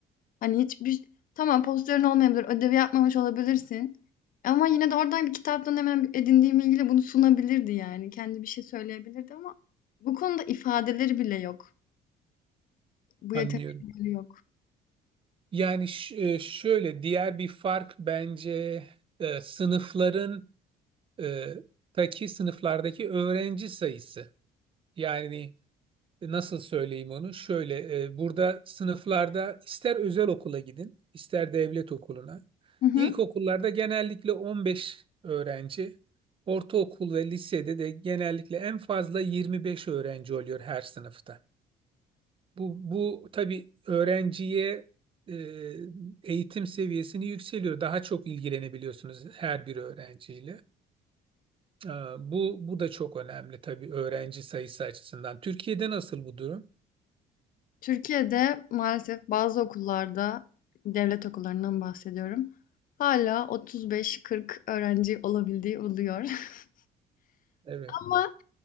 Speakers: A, on the left (about 55°); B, on the right (about 30°).
A: Hani, hiçbir Tamam, posterın olmayabilir, ödevi yapmamış olabilirsin ama yine de oradan bir kitaptan hemen edindiğim bilgiyle bunu sunabilirdi yani. Kendi bir şey söyleyebilirdi ama bu konuda ifadeleri bile yok. Bu
B: Anlıyorum.
A: yetenekleri yok.
B: Yani ş- e, şöyle diğer bir fark bence e, sınıfların e, taki sınıflardaki öğrenci sayısı. Yani e, nasıl söyleyeyim onu? Şöyle e, burada sınıflarda ister özel okula gidin, ister devlet okuluna.
A: Hı hı.
B: İlkokullarda genellikle 15 öğrenci, ortaokul ve lisede de genellikle en fazla 25 öğrenci oluyor her sınıfta. Bu, bu tabii öğrenciye e, eğitim seviyesini yükseliyor. Daha çok ilgilenebiliyorsunuz her bir öğrenciyle. Ee, Bu bu da çok önemli tabii öğrenci sayısı açısından. Türkiye'de nasıl bu durum?
A: Türkiye'de maalesef bazı okullarda, devlet okullarından bahsediyorum, hâlâ 35-40 öğrenci olabildiği oluyor <laughs>
B: Evet.
A: ama,